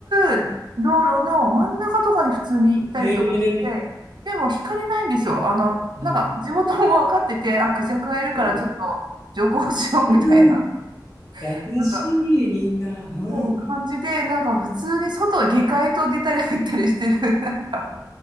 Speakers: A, on the right; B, on the left.
A: 通る道路の真ん中とかに普通にいたりとかして、
B: ええ
A: でも引かれないんですよ。あの、
B: うん
A: なんか、地元も分かってて、あ、クジャクがいるからちょっと徐行しようみたいな、
B: うん優しいみんなうん
A: なんか、そういう感じで、なんか普通に外、下界と出たり入ったりしてる、<laughs> なんか、